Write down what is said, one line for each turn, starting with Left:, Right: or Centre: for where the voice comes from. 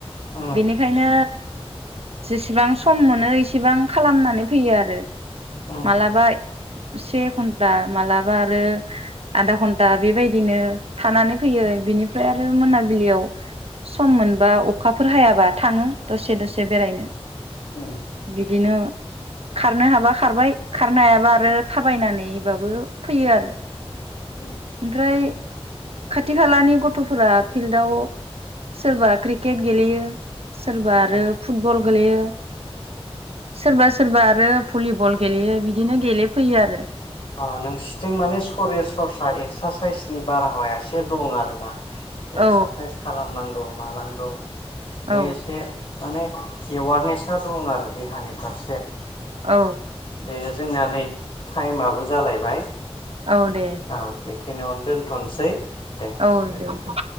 Left: उम
Right: बेनिखायनो जेसेबां सम मोनो इसेबां खालामनानै फैयो आरो
Left: उम
Right: मालाबा से घन्टा मालाबा आरो आधा घन्टा बेबायदिनो थानानै फैयो बिनिफ्राय आरो मोनाबिलियाव सम मोनबा अखाफोर हायाबा थाङो। दसे दसे बेरायनो।
Left: उम
Right: बिदिनो खारनो हाबा खारबाय खारनो हायाबा आरो थाबायनानैबाबो फैयो आरो
Left: उम
Right: ओमफ्राय खाथि खालानि गथ'फोरा फिल्डआव सोरबा क्रिकेट गेलेयो। सोरबा आरो
Left: उम
Right: फुटबल गोलैयो। सोरबा सोरबा आरो भलिबल गेलेयो बिदिनो गेलेफैयो आरो
Left: ओ नोंसोरनिथिं माने सरे सरसा एक्सासाइसनि बारहावाया एसे दं आरोना?
Right: औ
Left: एक्सारसाइस खालामनांगौ। मानांगौ बे
Right: औ
Left: एसे माने एवारनेसा दं आरो देहानि फारसे।
Right: औ
Left: दे जोंना नै थायेमाबोस जालायबाय।
Right: औ दे।
Left: औ बेखिनियावनो दोनथनोसै। दे
Right: औ
Left: गोजोन्थों
Right: दे दे।